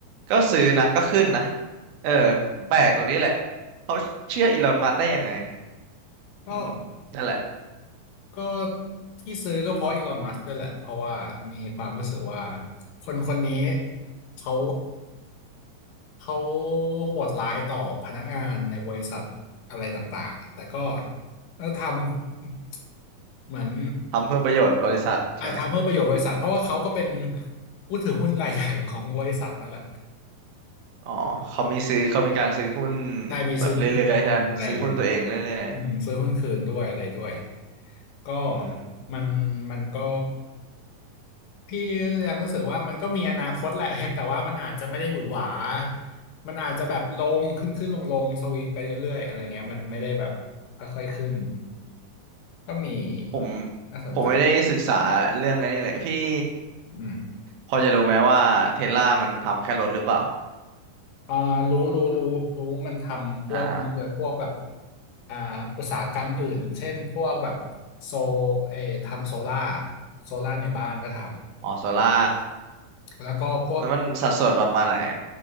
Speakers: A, on the right; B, on the left.
A: ก็ซื้อนะก็ขึ้นนะเออ
B: <laughs>
A: แปลกตรงนี้แหละเขาเชื่ออีลอนมัสก์ได้ยังไงอืมนั่นแหละ
B: ก็ก็ที่ซื้อก็เพราะอีลอนมัสก์ด้วยแหละเพราะว่ามีความรู้สึกว่าคนคนนี้เขา เขาโหดร้ายต่อพนักงานในบริษัทอะไรต่างๆ แต่ก็ก็ทำเหมือน
A: ทำเพื่อประโยชน์บริษัทใช่ไหม
B: อาทำเพื่อประโยชน์บริษัทเพราะว่าเขาก็เป็นผู้ถือหุ้นรายใหญ่ของบริษัทนั่นแหละ
A: อ๋อเขามีซื้อเขามีการซื้อหุ้น
B: ใช่มีซื้อหุ้นคืนอะไรอย่างเงี้ย
A: แบบเรื่อยๆใช่ปะซื้อหุ้นตัวเองเรื่อย
B: อืมซื้อหุ้นคืนด้วยอะไรด้วย
A: ๆอืม
B: ก็มันมันก็พี่ยังรู้สึกว่ามันก็มีอนาคตแหละ <laughs> เพียงแต่ว่ามันอาจจะไม่ได้หวือหวามันอาจจะแบบลงขึ้นขึ้นลงลงสวิงไปเรื่อยๆอะไรเงี้ยมันไม่ได้แบบค่อยๆขึ้นก็มี
A: ผม
B: น่าสนใจ
A: ผมไม่ได้ศึกษาเรื่องอันนี้เลยพี่
B: อืม
A: พอจะรู้ไหมว่าเทสลามันทำแค่รถหรือเปล่า
B: อ่ารู้รู้รู้รู้มันทำพวกนี้เลยพวกแบบ
A: อ่า
B: อ่าอุตสาหกรรมอื่นเช่นพวกแบบโซเออทำโซล่าโซล่าในบ้านก็ท
A: อ๋อโซล่า
B: ำแล้วก็พวก
A: แล้วมันสัดส่วนประมาณไหนอ่ะ